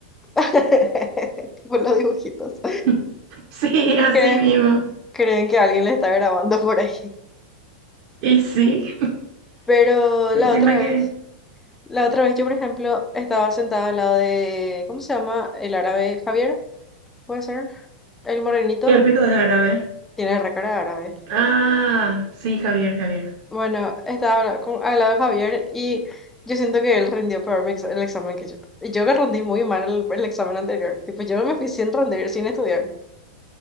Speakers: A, in the centre; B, on the right.
A: <laughs> Tipo los dibujitos.
B: <laughs> Sí, así
A: ¿Crees?
B: mismo.
A: creen que alguien les está grabando por ahí.
B: Y sí,
A: Pero
B: <laughs> encima
A: la otra vez,
B: que
A: la otra vez yo, por ejemplo, estaba sentada al lado de, ¿cómo se llama? El árabe Javier, puede ser. El morenito
B: el pico de árabe.
A: tiene recara de árabe.
B: Ah, sí, Javier, Javier.
A: Bueno, estaba con- al lado de Javier y yo siento que él rindió peor mi ex- el examen que yo. Y yo que rendí muy mal el, el examen anterior. Tipo, yo me fui sin rendir, sin estudiar.